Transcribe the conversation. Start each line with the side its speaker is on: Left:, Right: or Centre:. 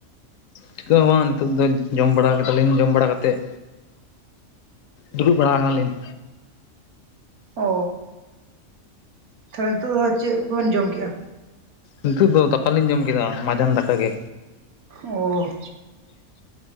Left: ᱪᱤᱠᱟᱹᱜ ᱦᱚᱸ ᱵᱟᱝ ᱱᱤᱛᱚᱜ ᱫᱚ ᱡᱚᱢ ᱵᱟᱲᱟ ᱠᱮᱫᱟᱞᱤᱧ ᱡᱚᱢ ᱵᱟᱲᱟ ᱠᱟᱛᱮᱫ ᱫᱩᱲᱩᱵ ᱵᱟᱲᱟ ᱠᱟᱱᱟᱞᱤᱧ᱾
Right: ᱚ ᱛᱟᱦᱚᱞᱮ ᱱᱤᱛᱚᱜ ᱫᱚ ᱪᱮᱫ ᱠᱚᱵᱮᱱ ᱡᱚᱢ ᱠᱮᱟ?
Left: ᱱᱤᱛᱚᱜ ᱫᱚ ᱫᱟᱠᱟ ᱞᱤᱧ ᱡᱚᱢ ᱠᱮᱫᱟ ᱢᱟᱡᱟᱱ ᱫᱟᱠᱟ ᱜᱮ᱾
Right: ᱚᱦᱻ